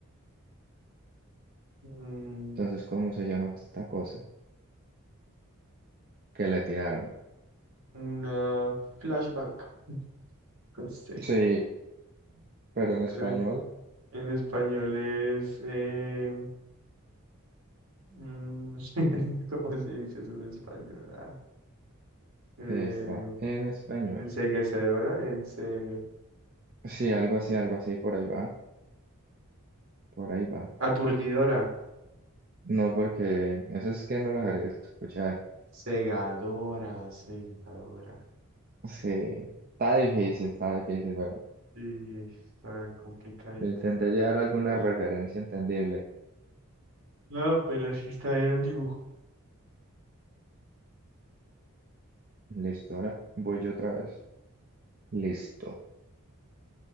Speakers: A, on the right; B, on the right.
A: Mm,
B: Entonces, ¿cómo se llama esta cosa que le tiraron?
A: una flashbank, <laughs> no sé.
B: Sí, pero en español.
A: Pero en en español es. eh, mm, <laughs> ¿cómo se dice eso en español? Ah, eh,
B: Sí, está en español.
A: enceguecedora, ence.
B: Sí, algo así, algo así, por ahí va, por ahí va.
A: Aturdidora.
B: No, porque eso es que no los haré escuchar.
A: Cegadora, cegadora.
B: Sí, está difícil, está difícil, pero
A: Sí, está complicadito.
B: le intenté llevar alguna referencia entendible.
A: No, pero sí está en el dibujo.
B: Listo, ahora voy yo otra vez. Listo.